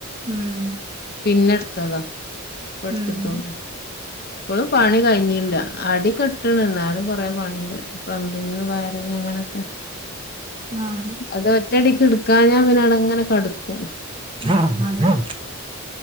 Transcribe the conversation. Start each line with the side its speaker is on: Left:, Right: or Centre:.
Right: ഉം
Left: പിന്നെടുത്തതാ ഇടുത്തിട്ടോ
Right: ഉം
Left: ഇപ്പോൾ പണി കഴിഞ്ഞില്ല അട കെട്ടണ് എന്നാലും കൊറെേ പണിയുണ്ട് പ്ലംമ്പിങ്ങ് വയറിങ് അങ്ങനൊക്കെ
Right: ആഹ
Left: അത് ഒറ്റടിക്ക് എടുക്കാ ഞാൻ പിന്നെ അടങ്ങനെ കടക്കും.
Right: ആഹ ആ